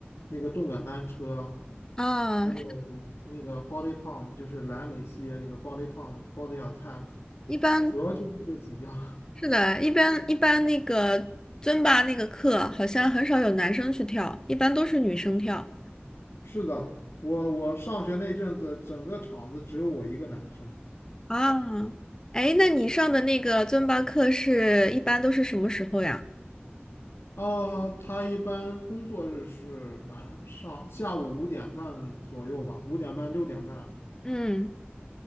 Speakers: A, on the left; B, on the left.
A: 那个动感单车，
B: 啊，
A: 还有那个 Body Pump，就是莱美系列那个 Body Pump、Body Attack，
B: 一般
A: 主要就是这几样。
B: 是的，一般一般那个尊巴那个课好像很少有男生去跳，一般都是女生跳
A: <laughs> 是的，我我上学那阵子，整个厂子只有我一个男生。
B: 啊。哎，那你上的那个尊巴课是一般都是什么时候呀？
A: 啊，他一般工作日是晚上下午五点半左右吧，五点半六点半。
B: 嗯